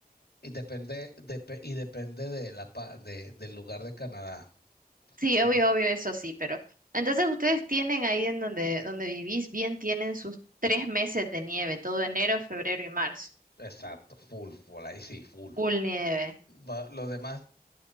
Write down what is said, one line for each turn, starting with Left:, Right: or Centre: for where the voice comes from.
Left: Y depende, depe- y depende de la, pa- de, del lugar de Canadá.
Right: Sí,
Left: Por-
Right: obvio,
Left: e,
Right: obvio, eso sí, pero. Entonces ustedes tienen ahí en donde, donde vivís bien, tienen sus tres meses de nieve, todo enero, febrero y marzo.
Left: Exacto, full, full, ahí sí, full.
Right: Full nieve.
Left: Va- Los demás,